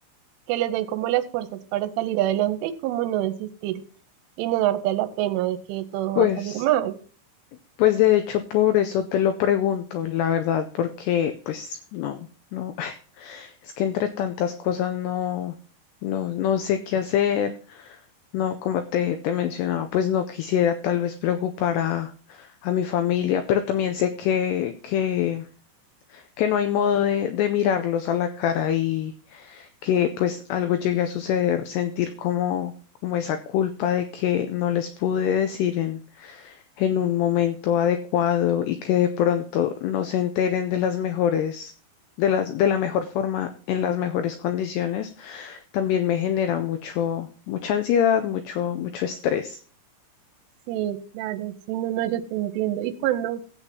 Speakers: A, on the right; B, on the left.
A: que les den como las fuerzas para salir adelante y como no desistir y no darte a la pena de que todo
B: Pues,
A: va a salir mal.
B: pues de hecho, por eso te lo pregunto, la verdad, porque pues no, no, <laughs> es que entre tantas cosas no, no, no sé qué hacer. No, como te, te mencionaba, pues no quisiera tal vez preocupar a, a mi familia, pero también sé que, que que no hay modo de, de mirarlos a la cara y que pues algo llegue a suceder, sentir como, como esa culpa de que no les pude decir en, en un momento adecuado y que de pronto no se enteren de las mejores, de las, de la mejor forma, en las mejores condiciones, también me genera mucho, mucha ansiedad, mucho, mucho estrés.
A: Sí, claro, sí, no, no, yo te entiendo. ¿Y cuando